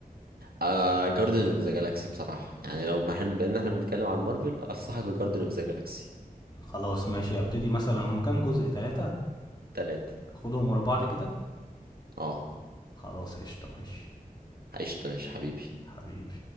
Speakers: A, on the right; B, on the left.
A: آه جاردن اوف ذا جالاكسي بصراحه يعني لو بح- بان احنا بنتكلم عن مارفل انصحك بجاردن اوف ذا جالاكسي
B: خلاص ماشي أبتدي مثلًا هُم كام جزء، 3؟
A: تلاتة
B: آخدهم ورا بعض كده؟
A: اه
B: خلاص قشطة ماشي،
A: عشت ماشي حبيبي
B: حبيبي.